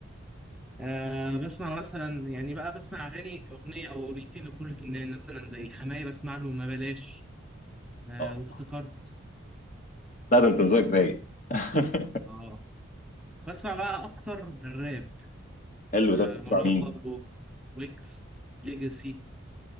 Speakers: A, in the centre; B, on the left.
A: آه، بسمع مثلا يعني بقى بسمع اغاني اغنيه او اغنيتين لكل فنان مثلا زي حماية بسمع له ما بلاش آه
B: اه
A: وافتكرت
B: لا ده انت مزاجك رايق <laughs>
A: اه بسمع بقى اكتر الراب
B: حلو
A: آه
B: ده بتسمع
A: مروان
B: مين؟
A: بابلو ويكس ليجاسي